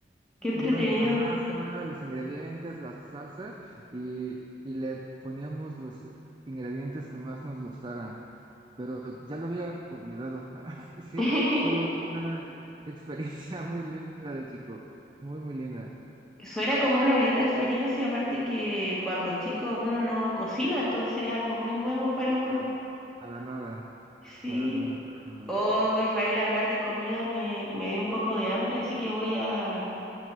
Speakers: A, in the centre; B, on the right.
A: qué
B: dieron
A: entretenido.
B: la masa, los ingredientes, la salsa y, y le poníamos los ingredientes que más nos gustaran. Pero ya lo había olvidado. <laughs> Sí,
A: <laughs>
B: fue una experiencia <laughs> muy linda de chico, muy, muy linda.
A: Suena
B: Y,
A: como una linda experiencia, aparte que cuando chico uno no cocina, entonces es algo muy nuevo para
B: y
A: uno.
B: no, para nada,
A: Sí.
B: para nada, para nada.
A: Oh, Israel, hablar de comida me, me dio un poco de hambre, así que voy a,